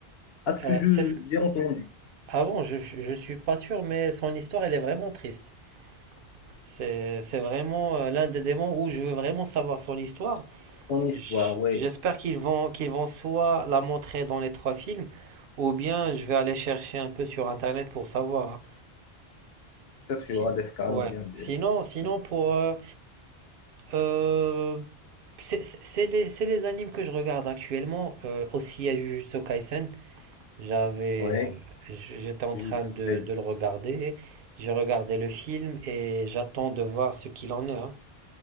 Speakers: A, on the left; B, on the right.
A: à ce que
B: Euh,
A: je
B: c'est ce que...
A: j'ai entendu.
B: Ah bon, je, je, je suis pas sûr, mais son histoire, elle est vraiment triste. C'est, c'est vraiment euh, l'un des démons où je veux vraiment savoir son histoire.
A: Son histoire,
B: J-
A: oui.
B: J'espère qu'ils vont, qu'ils vont soit la montrer dans les trois films, ou bien je vais aller chercher un peu sur Internet pour savoir. hein.
A: Peut-être
B: Si-
A: qu'il y aura des scans
B: Ouais.
A: ou bien des.
B: Sinon, sinon
A: Oui,
B: pour... euh, euh, c'est c'est- c'est les, c'est les animes que je regarde actuellement. Euh, aussi à Jujutsu Kaisen, j'avais,
A: oui.
B: euh, j- j'étais en
A: Je
B: train
A: te
B: de,
A: surprise.
B: de le regarder. J'ai regardé le film et j'attends de voir ce qu'il en est. hein.